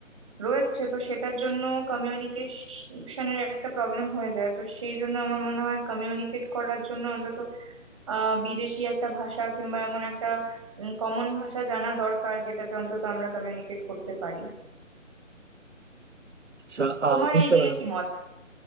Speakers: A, on the right; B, on the right.
A: রয়েছে তো সেটার জন্য কমিউনিকেশনের একটা প্রবলেম হয়ে যায় তো সেই জন্য আমার মনে হয় কমিউনিকেট করার জন্য অন্তত আহ বিদেশি একটা ভাষা কিংবা এমন একটা কমন ভাষা জানা দরকার যেটাতে অন্তত আমরা কমিউনিকেট করতে পারি
B: আচ্ছা
A: তোমার
B: আহ বুঝতে
A: এই দিকে
B: পারলাম
A: কি মত